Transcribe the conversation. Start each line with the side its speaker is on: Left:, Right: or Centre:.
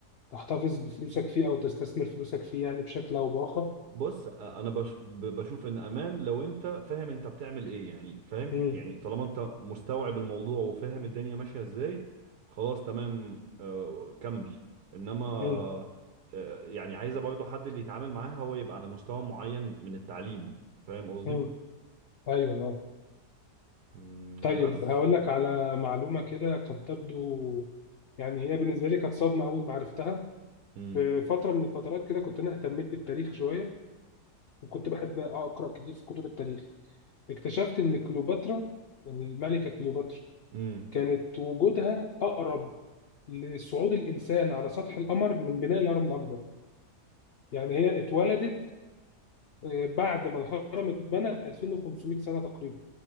Left: تحتفظ بفلوسك فيه او تستثمر فلوسك فيه يعني بشكل او باخر
Right: بص انا بش ب- بشوف ان امان لو انت فاهم انت بتعمل ايه يعني فاهم
Left: امم
Right: يعني طالما انت مستوعب الموضوع وفاهم الدنيا ماشية ازاي خلاص تمام آه كمل انما
Left: امم
Right: آه يعني عايزة برضو حد اللي يتعامل معاها هو يبقى على مستوى معين من التعليم فاهم قصدي
Left: امم ايوه أيوة.
Right: مم،
Left: طيب
Right: بس
Left: هقول لك على معلومه كده قد تبدو يعني هي بالنسبه لي كانت صدمه اول ما عرفتها
Right: مم.
Left: في فترة من الفترات كده كنت أنا اهتميت بالتاريخ شوية وكنت بحب أقرأ كتير في كتب التاريخ اكتشفت إن كليوباترا يعني الملكة كليوباترا
Right: مم.
Left: كانت وجودها أقرب لصعود الإنسان على سطح القمر من بناء الهرم الأكبر يعني هي اتولدت آه، بعد ما الهرم اتبنى ب 2500 سنة تقريبا